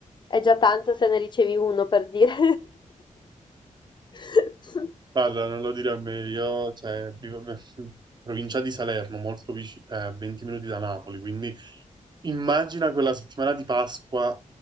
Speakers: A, on the left; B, on the right.
A: è già tanto se ne ricevi uno, per dire. <laughs>
B: Guarda, non lo dire a me, io cioè, vivo in <laughs> provincia di Salerno, molto vicino, a 20 minuti da Napoli, quindi immagina quella settimana di Pasqua